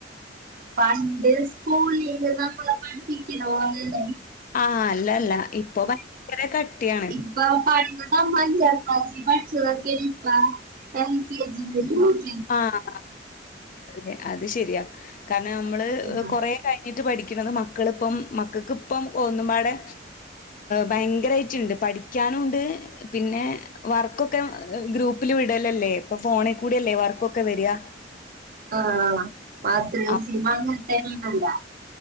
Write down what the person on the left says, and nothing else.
ആഹ് അല്ലല്ല ഇപ്പൊ ഭയങ്കര കട്ടിയണ്.
ആഹ് അതെ അത് ശരിയാ. കാരണം നമ്മള്
കൊറേ കഴി പഠിക്കിന്നത് മക്കള്പ്പം മക്കക്ക് പ്പം ഒന്നുംപാടെ ഭയങ്കരായിട്ടുണ്ട്. പഠിക്കാനുണ്ട്. പിന്നെ വർക്കൊക്കെ ഗ്രൂപ്പിൽ വിടലല്ലേ ഇപ്പൊ ഫോണ് കൂടല്ലേ വർക്ക്. വർക്കൊക്കെ വര ആ
അപ്